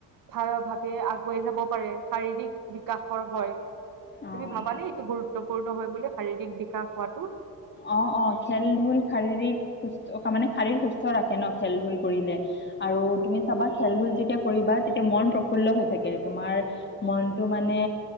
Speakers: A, on the right (about 70°); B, on the left (about 30°).
A: ভাল ভাৱে আগুৱাই যাব পাৰে। শাৰীৰিক বিকাশৰ হয় তুমি
B: অঁ
A: ভাবানে এইটো গুৰুত্ব পূৰ্ণ হয় বুলি শাৰীৰিক বিকাশ হোৱাটো?
B: অ অ খেল-ধূল শাৰীৰিক তাৰমানে মানে শাৰীৰ সুস্থ ৰাখে ন খেল-ধূল কৰিলে। আৰু তুমি চাবা খেল-ধূল যেতিয়া কৰিবা তেতিয়া মন প্ৰফুল্ল হৈ থাকে। তোমাৰ মনটো মানে